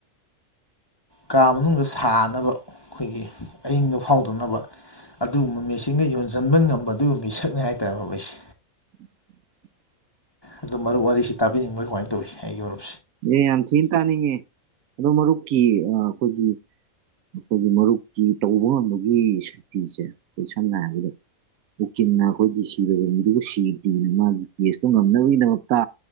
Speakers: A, on the left; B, on the right.
A: ꯀꯥ ꯃꯅꯨꯡꯗ ꯁꯥꯅꯕ ꯑꯩꯈꯣꯏꯒꯤ ꯑꯌꯤꯡꯕ ꯐꯥꯎꯗꯅꯕ ꯑꯗꯨꯒꯨꯝꯕ ꯃꯦꯆꯤꯟꯒ ꯌꯣꯟꯁꯤꯟꯕ ꯉꯝꯕ ꯑꯗꯨꯒꯨꯝꯕ ꯃꯤꯁꯛꯅꯤ ꯍꯥꯏꯇꯥꯔꯦ ꯑꯩꯈꯣꯏꯁꯦ
B: <inaudible>
A: ꯑꯗꯣ ꯃꯔꯨꯞ ꯋꯥꯔꯤꯁꯤ ꯇꯥꯕꯤꯅꯤꯡꯕꯒꯤ ꯀꯃꯥꯏꯅ ꯇꯧꯋꯤ ꯑꯩꯒꯤ ꯃꯔꯨꯞ
B: ꯑꯦ ꯌꯥꯝ ꯊꯤꯅ ꯇꯥꯅꯤꯡꯉꯦ ꯑꯗꯣ ꯃꯔꯨꯞꯀꯤ ꯑꯩꯈꯣꯏꯒꯤ ꯑꯩꯈꯣꯏꯒꯤ ꯃꯔꯨꯞꯀꯤ ꯇꯧꯕ ꯉꯝꯕꯒꯤ ꯁꯛꯇꯤꯁꯦ ꯑꯩꯈꯣꯏ ꯁꯝꯅ ꯍꯥꯏꯔꯕꯗ ꯎꯀꯤꯟꯅ ꯑꯩꯈꯣꯏꯒꯤ ꯁꯤꯕ ꯃꯤꯗꯨꯕꯨ ꯁꯤꯗ꯭ꯅ ꯃꯥꯒꯤ ꯀꯦꯁꯇꯣ ꯉꯝꯅꯕꯒꯤꯗꯃꯛꯇ